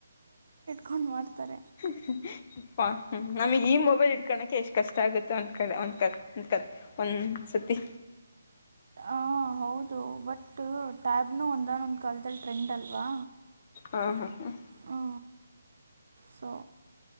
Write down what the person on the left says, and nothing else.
ಹ್ಮ ಅಪ್ಪ ನಮಿಗೆ ಈ ಮೊಬೈಲ್ ಇಡ್ಕೋಳಕೆ ಎಷ್ಟ್ ಕಷ್ಟ ಆಗುತ್ತೆ ಒಂದ್ ಕ ಒಂದ್ ಕ ಒಂದ್ ಸತಿ
ಹಾ ಹಾ ಹಾ